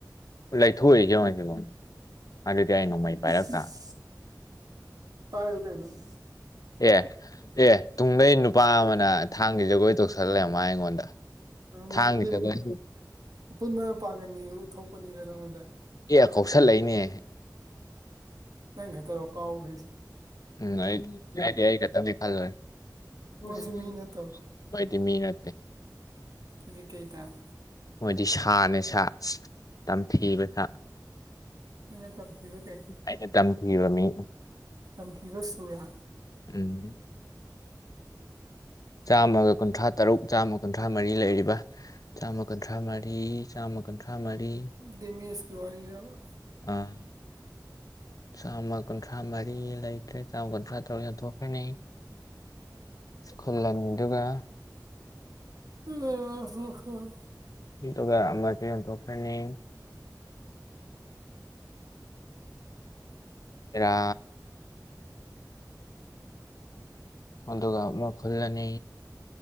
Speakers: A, on the left (about 55°); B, on the right (about 60°).
A: ꯂꯩꯊꯣꯛꯏꯁꯦ ꯌꯦꯡꯉꯣ ꯁꯤꯕꯣ ꯑꯗꯨꯗꯤ ꯑꯩ ꯅꯣꯡꯃꯩ ꯄꯥꯏꯔꯛ
B: <unintelligible>
A: ꯇꯥ
B: ꯄꯥꯏꯌꯨ ꯀꯩꯅꫭ
A: ꯑꯦ ꯑꯦ ꯇꯨꯡꯗꯩ ꯅꯨꯄꯥ ꯑꯃꯅ ꯊꯥꯡꯒꯤ ꯖꯒꯣꯏ ꯇꯧꯁꯜ ꯂꯩꯔꯝꯕꯩꯋꯥꯅꯦ ꯑꯩꯉꯣꯟꯗ
B: ꯃꯩ
A: ꯊꯥꯡꯒꯤ
B: ꯇꯤꯟ
A: ꯖꯒꯣꯏ
B: ꯑꯄꯨꯟꯕꯅ ꯄꯥꯡꯒꯟꯅꯤꯗꯨ ꯎꯠꯊꯣꯛꯄꯅꯤꯗ ꯅꯉꯣꯟꯗ
A: ꯑꯦ ꯀꯧꯁꯜꯂꯩꯅꯦ
B: ꯅꯪ ꯈꯠꯇꯔꯣ ꯀꯥꯎꯍꯩ
A: ꯅꯩ ꯑꯩꯗꯤ ꯑꯩꯈꯠꯇꯅꯦ ꯈꯜꯂꯨꯔꯦ ꯃꫭꯏꯁꯨ
B: ꯃꯣꯏꯁꯨ ꯃꯤ
A: ꯃꯤꯅꯤ
B: ꯅꯠꯇꯕ꯭ꯔꯣ
A: ꯃꫭꯏꯗꯤ ꯃꯤ ꯅꯠꯇꯦ
B: ꯑꯗꯨꯗꯤ ꯀꯩ ꯇꯥꯔꯦ
A: ꯃꯣꯏꯗꯤ ꯁꯥꯅꯦ ꯁꯥ ꯇꯝꯊꯤꯕ ꯁꯥ
B: ꯑꯩꯅ ꯇꯝꯊꯤꯕ ꯀꯩ
A: ꯑꯩꯅ ꯇꯝꯊꯤꯕ ꯃꯤꯅꯤ
B: ꯇꯝꯊꯤꯕ ꯁꯨꯔꯥ
A: ꯎꯝ ꯆꯥꯝꯃꯒ ꯀꯨꯟꯊ꯭ꯔꯥ ꯇꯔꯨꯛ ꯆꯥꯝꯃ ꯀꯨꯟꯊ꯭ꯔꯥ ꯃꯔꯤ ꯂꯩꯔꯤꯕ ꯆꯥꯝꯃ ꯀꯨꯟꯊ꯭ꯔꯥ ꯃꯔꯤ ꯆꯥꯝꯃ ꯀꯨꯟꯊ꯭ꯔꯥ ꯃꯔꯤ
B: ꯗꯦꯃꯦꯖꯀꯤ ꯋꯥꯔꯤꯔꯕ
A: ꯑꯥ ꯆꯥꯝꯃ ꯀꯨꯟꯊ꯭ꯔꯥ ꯃꯔꯤ ꯂꯩꯇ꯭ꯔꯦ ꯆꯥꯝꯃ ꯀꯨꯟꯊ꯭ꯔꯥ ꯇꯔꯨꯛ ꯌꯥꯟꯊꯣꯛꯈ꯭ꯔꯅꯤ ꯏꯁꯈꯨꯜꯂꯅꯤ ꯑꯗꯨꯒ
B: ꯎꯝ ꯍꫭ ꯍꫭ
A: ꯑꯅꯤꯗꯨꯒ ꯑꯃꯖꯨ ꯌꯣꯟꯊꯣꯛꯈ꯭ꯔꯅꯤ ꯍꯦꯔꯥ ꯑꯗꯨꯒ ꯑꯃꯨꯛ ꯈꯨꯜꯂꯅꯤ